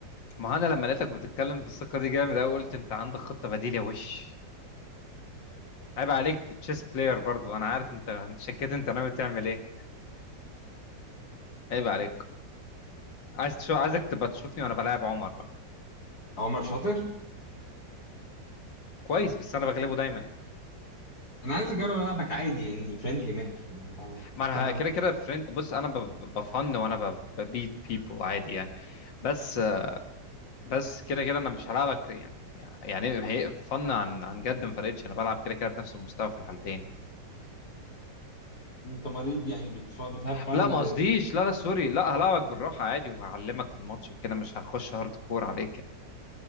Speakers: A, on the left; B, on the left.
A: ما هو انا لما لقيتك بتتكلم بالثقه دي جامد قوي قلت انت عندك خطه بديله وش عيب عليك في تشيس بلاير برضو انا عارف انت شكيت انت ناوي تعمل ايه عيب عليك عايز تشو... عايزك تبقى تشوفني وانا بلاعب عمر بقى
B: عمر شاطر
A: كويس بس انا بغلبه دايما يعني
B: أنا عايز أجرب ألعبك عادي يعني فريندلي ماتش
A: ما انا
B: أصل أنا
A: كده كده فريند بص انا ب- ب- بفن وانا ب- ببيت بيبل عادي يعني بس بس كده كده انا مش هلعبك يعني يعني هي فن عن عن جد ما فرقتش انا بلعب كده كده بنفس المستوى في الحالتين
B: أنت مريض يعني بتف... بتهاف فن
A: لا ما
B: ب...
A: قصديش لا لا سوري لا هلعبك بالراحه عادي وهعلمك في الماتش وكده مش هخش هارد كور عليك يعني.